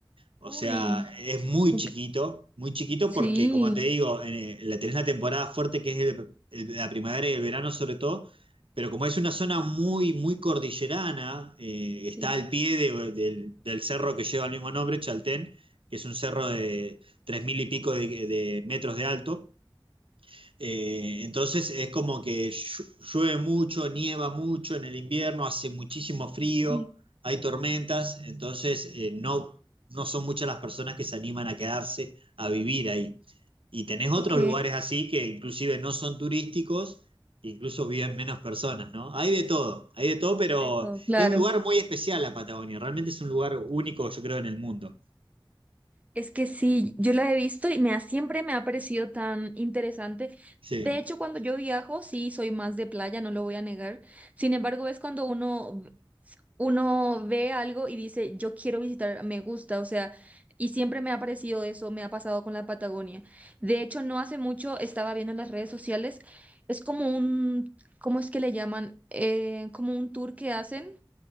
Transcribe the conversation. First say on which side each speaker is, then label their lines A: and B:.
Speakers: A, on the right; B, on the right.
A: O
B: Uy,
A: sea, es muy
B: ok.
A: chiquito, muy chiquito
B: Sí,
A: porque, como te digo, en- en la- tenés la temporada fuerte que es el- el- la primavera y el verano sobre todo, pero como es una zona muy, muy cordillerana, eh, está
B: Sí,
A: al pie de- del, del cerro que lleva el mismo nombre, Chaltén, que es un cerro de tres mil y pico de de metros de alto. Eh, entonces es como que llu- llueve mucho, nieva mucho en el invierno, hace muchísimo frío,
B: sí,
A: hay tormentas, entonces eh, no, no son muchas las personas que se animan a quedarse a vivir ahí. Y tenés otros
B: ok,
A: lugares así que inclusive no son turísticos, incluso viven menos personas, ¿no? Hay de todo, hay de todo, pero
B: de todo, claro.
A: es un lugar muy especial la Patagonia, realmente es un lugar único, yo creo, en el mundo.
B: Es que sí, yo la he visto y me ha, siempre me ha parecido tan interesante.
A: Sí.
B: De hecho, cuando yo viajo, sí, soy más de playa, no lo voy a negar. Sin embargo, es cuando uno, uno ve algo y dice, yo quiero visitar, me gusta, o sea, y siempre me ha parecido eso, me ha pasado con la Patagonia. De hecho, no hace mucho estaba viendo en las redes sociales, es como un, ¿cómo es que le llaman? Eh, como un tour que hacen.